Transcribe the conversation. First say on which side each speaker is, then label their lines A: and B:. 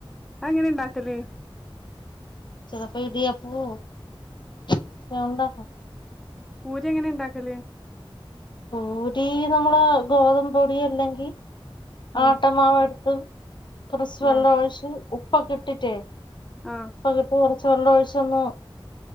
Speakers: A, in the centre; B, on the left.
A: അത് എങ്ങനെ ഇണ്ടാക്കല്
B: ചെലപ്പോ ഇടിയപ്പവോ അങ്ങനെ ഉണ്ടാക്കും
A: പൂരി എങ്ങനെ ഇണ്ടാക്കല്
B: പുരി നമ്മളെ ഗോതമ്പ് പൊടി അല്ലെങ്കി
A: ഉം
B: ആട്ടമാവെട്ത്ത് കുറച്ച് വെള്ള
A: ആഹ്
B: ഒഴിച്ച് ഉപ്പൊക്കെ ഇട്ടിറ്റേ
A: ആഹ്
B: പ്പക്കെ ഇട്ട് കൊറച്ച് വെള്ളൊഴിച്ചൊന്ന്